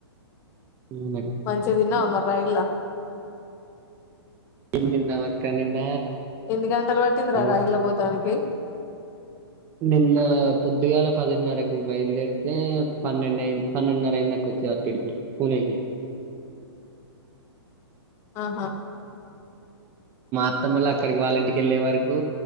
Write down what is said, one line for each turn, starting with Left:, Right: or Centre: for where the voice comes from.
Right: అవునక్క
Left: మంచిగా తిన్నావా మరి రైలా
Right: ఎందిన్న అక్క నిన్న
Left: ఎన్ని గంటలు పట్టిందిరా
Right: ఎవ-
Left: రైల పోతానికి
Right: నిన్నా పొద్దిగాల పదిన్నరకు బయల్దేరితే పన్నెండు అయింది పన్నెండున్నరైందక్క కోజ్జార్కెట్కి పుణేకి
Left: ఆహా
Right: మా అత్తమ లాళ్ళక్కడికి వాళ్ళ ఇంటికి వెళ్ళే వరకు